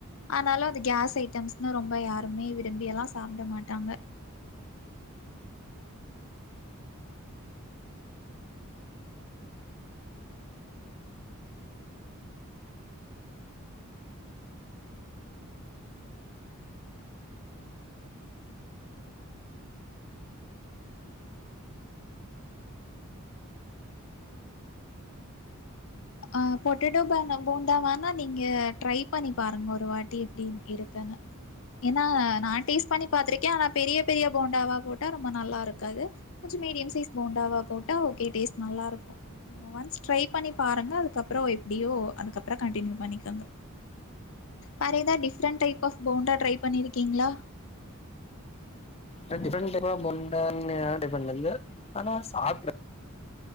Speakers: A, on the left; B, on the left.
A: ஆனாலு அது கேஸ் ஐ ட்டம்ஸ்ன்னா ரொம்ப யாருமே விரும்பியெல்லா சாப்ட மாட்டாங்க அ பொட்டேட்டோ பா போண்டாவானா நீங்க ட்ரை பண்ணி பாருங்க ஒரு வாட்டி எப்டி இருக்குன்னு ஏன்னா நா டேஸ்ட் பண்ணி பாத்திருக்கே ஆனா பெரிய பெரிய போண்டாவா போட்டா ரொம்ப நல்லாருக்காது மீடியம் சைஸ் போண்டாவா போட்ட ஓகே டேஸ்ட் நல்லாருக்கு ஒன்ஸ் ட்ரை பண்ணி பாருங்க அதுக்கப்புற எப்டியோ அதுக்கப்புற கண்டினியூ பண்ணிக்கோங்க வேற எதா different type of bonda try பண்ணிருக்கீங்களா
B: நா ட்ப்ரெண்ட் டைப் ஆப் போண்டால்லா ட்ரை பண்ணது இல்ல ஆனா சாப்ட்டுருக்கே